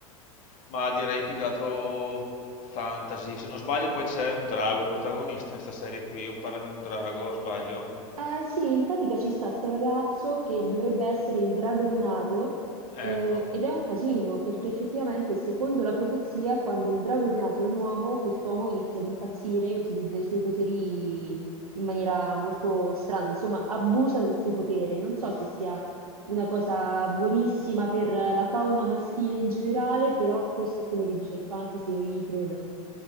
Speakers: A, on the left (about 45°); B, on the right (about 85°).
A: Ma direi più che altro fantasy. Se non sbaglio, poi c'è un drago protagonista in questa serie qui. O parla di un drago, sbaglio?
B: Eh sì, in pratica ci sta sto ragazzo che dovrebbe essere il drago rinato
A: Ecco.
B: eh, ed è un casino perché effettivamente secondo la profezia quando il drago rinato è un uomo, quest'uomo inizia ad impazzire e utilizza i suoi poteri in maniera molto strana, insomma abusa del suo potere. Non so se sia una cosa buonissima per la fauna maschile in generale, però questo è quello che dice il fantasy, io gli credo.